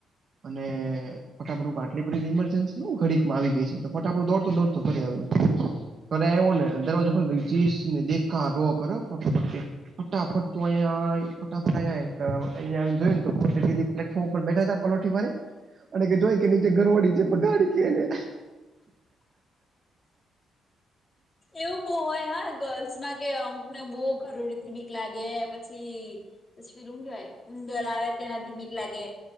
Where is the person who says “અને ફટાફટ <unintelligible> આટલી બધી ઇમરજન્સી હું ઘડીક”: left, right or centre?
Right